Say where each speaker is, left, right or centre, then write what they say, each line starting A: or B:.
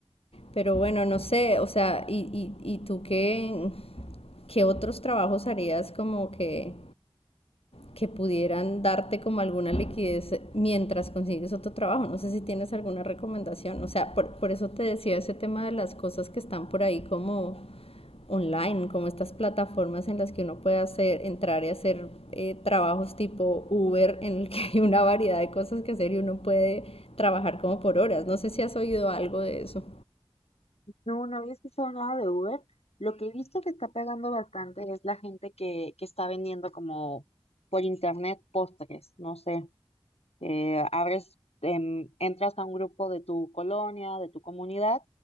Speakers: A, on the left (about 70°); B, on the left (about 90°).
A: Pero bueno, no sé, o sea, ¿y, y, y tú qué, qué otros trabajos harías como que que pudieran darte como alguna liquidez mientras consigues otro trabajo. No sé si tienes alguna recomendación. O sea, por, por eso te decía ese tema de las cosas que están por ahí como online, como estas plataformas en las que uno puede hacer, entrar y hacer eh, trabajos tipo Uber, en el que hay una variedad de cosas que hacer y uno puede trabajar como por horas. No sé si has oído algo de eso.
B: No, no había escuchado nada de Uber. Lo que he visto que está pegando bastante es la gente que, que está vendiendo como por internet postres, no sé, eh, abres, em, entras a un grupo de tu colonia, de tu comunidad